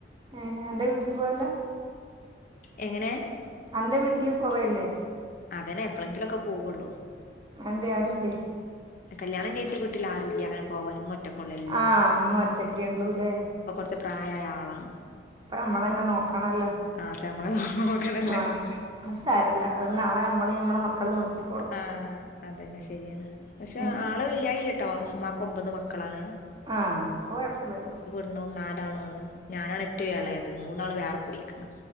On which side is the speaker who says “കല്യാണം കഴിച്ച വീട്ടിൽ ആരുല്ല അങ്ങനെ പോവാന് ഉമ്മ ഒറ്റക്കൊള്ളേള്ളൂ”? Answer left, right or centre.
Left